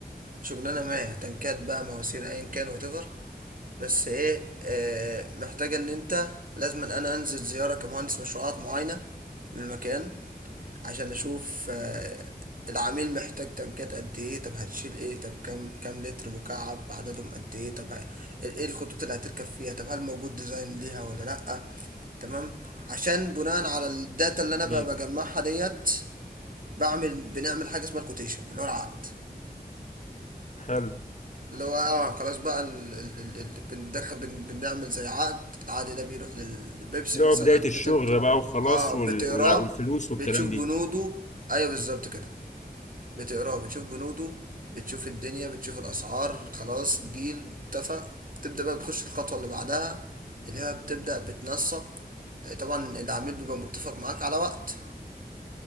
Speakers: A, on the right (about 60°); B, on the left (about 45°).
A: شغلانه ما تنكات بقى مواسير ايا كان وتفر بس ايه آه، محتاجه ان انت لازم أن انا انزل زياره كمهندس مشروعات معينه للمكان عشان اشوف آه، العميل محتاج تنكات قد ايه طب هتشيل ايه طب كام كام لتر مكعب عددهم قد ايه طب ه- ايه الخطوط اللي هتركب فيها طب هل موجود ديزاين ليها ولا لا تمام عشان بناء على الداتا اللي انا
B: جميل
A: ب- بجمعها ديت بعمل بنعمل حاجه اسمها الكوتيشن اللي هو العقد
B: حلو
A: اللي هو اه خلاص بقى ال... ال... ال... ال- بندخل بن... بنعمل زي عقد العقد ده بيروح للبيبسي
B: اللي
A: مثلا
B: هو بدايه الشغل
A: بتبدأ
B: بقى وخلاص
A: اه بتقراه
B: وال... والع- والفلوس والكلام
A: بتشوف
B: دي
A: بنوده ايوه بالظبط كده بتقراه بتشوف بنوده بتشوف الدنيا بتشوف الاسعار خلاص ديل اتفق تبدأ بقى بتخش الخطوة اللي بعدها اللي هي بتبدأ بتنسق آه، طبعا العميل بيبقى متفق معاك على وقت